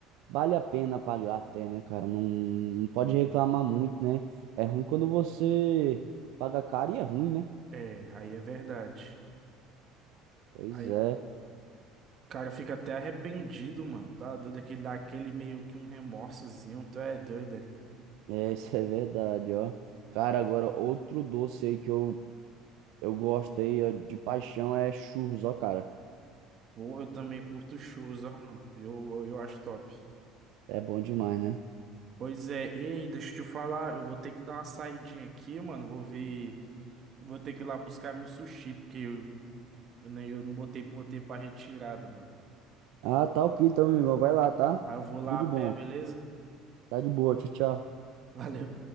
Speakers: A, on the right; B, on the right.
A: Vale a pena pagar até, né, cara? Não, não pode reclamar muito, né? É ruim quando você paga caro e é ruim, né?
B: É, aí é verdade.
A: Pois
B: Aí
A: é,
B: Cara, fica até arrependido, mano. Tá doido? Aquele dá aquele meio que um remorsozinho. Tu é doido, é?
A: é, <laughs> isso é verdade, ó. Cara, agora outro doce aí que eu, eu gosto aí, ó, de paixão é churros, ó, cara.
B: Porra, eu também curto shows, ó, mano. Eu, eu, eu acho top.
A: É bom demais, né?
B: Pois é, ei, deixa eu te falar. Eu vou ter que dar uma saidinha aqui, mano. Vou ver. Vou ter que ir lá buscar meu sushi, porque eu, eu, nem- eu não botei, botei pra retirada, mano.
A: Ah, tá ok, então, meu amigão. Vai lá, tá?
B: Aí eu vou lá
A: Tudo de
B: a pé,
A: bom.
B: beleza?
A: Tá de boa, tchau, tchau.
B: <laughs> Valeu.